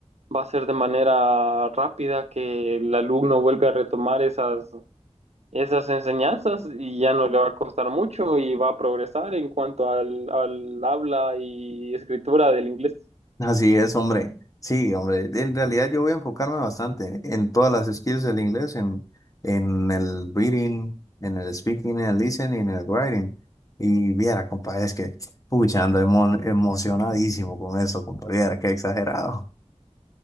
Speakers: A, on the right (about 65°); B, on the left (about 30°).
A: va a ser de manera rápida que el alumno vuelve a retomar esas, esas enseñanzas y ya no le va a costar mucho y va a progresar en cuanto al, al habla y escritura del inglés.
B: Así es, hombre. Sí, hombre. En realidad yo voy a enfocarme bastante en todas las skills del inglés, en, en el reading, en el speaking, en el listening, en el writing. Y viera, compa, es que, pucha, ando emo- emocionadísimo con eso, compa. Viera, qué exagerado.